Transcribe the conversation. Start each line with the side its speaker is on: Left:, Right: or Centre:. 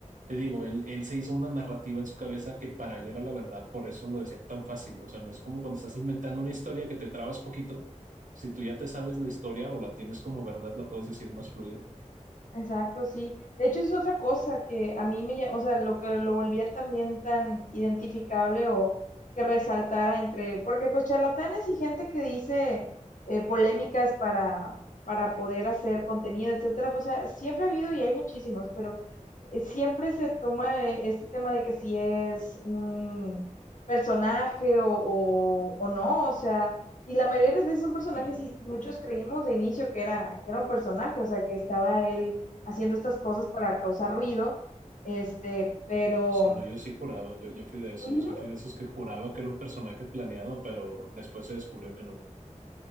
Right: te digo, él, él se hizo una narrativa en su cabeza que para él era la verdad, por eso lo decía tan fácil. O sea, no es como cuando estás inventando una historia que te trabas poquito. Si tú ya te sabes la historia o la tienes como verdad, la puedes decir más fluido.
Left: Exacto, sí. De hecho, es otra cosa que a mí me, lla- o sea, lo que lo volvía también tan identificable o que resaltara entre, porque pues charlatanes y gente que dice eh, polémicas para, para poder hacer contenido, etcétera, pues ah, siempre ha habido y hay muchísimos, pero eh, siempre se toma eh, este tema de que si es un personaje o, o, o no, o sea, y la mayoría de las veces son personajes
Right: Sí.
Left: y muchos creímos de inicio que era, que era un personaje, o sea, que estaba él haciendo estas cosas para causar ruido, este, pero
Right: Sí, no, yo sí juraba, yo, yo fui de esos,
Left: ujú,
Right: yo fui de esos que juraba que era un personaje planeado, pero después se descubrió que no.